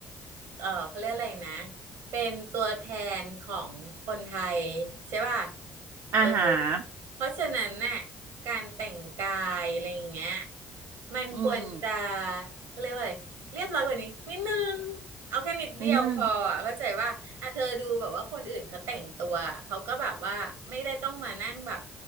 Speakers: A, on the right; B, on the right.
A: เออเขาเรียกอะไรนะเป็นตัวแทนของคนไทยใช่ป่ะเออ
B: อาหาร
A: เพราะฉะนั้นน่ะการแต่งกายอะไรอย่างเงี้ยมันควรจะ
B: อืม
A: เขาเรียกว่าอะไรเรียบร้อยกว่านี้นิดนึงเอาแค่นิดเดียวพออะเข้าใจว่าอ่ะเธอดูแบบว่าคนอื่นเขาแต่งตัวเขาก็แบบว่าไม่ได้ต้องมานั่งแบบ
B: นิดนึง